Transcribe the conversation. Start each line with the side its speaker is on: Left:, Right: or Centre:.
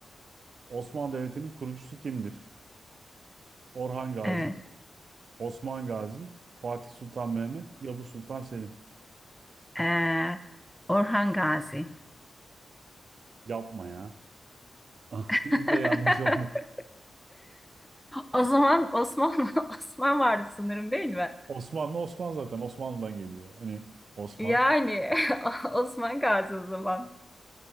Right: Osmanlı Devleti'nin kurucusu kimdir? Orhan Gazi,
Centre: Evet.
Right: Osman Gazi, Fatih Sultan Mehmet, Yavuz Sultan Selim.
Centre: Ee, Orhan Gazi.
Right: Yapma ya. <laughs>
Centre: <laughs>
Right: Bu da yanlış oldu.
Centre: O zaman Osman <laughs> Osman vardı sanırım değil mi?
Right: Osmanlı Osman zaten Osmanlı'dan geliyor. Hani Osman.
Centre: Yani <laughs> Osman Gazi o zaman.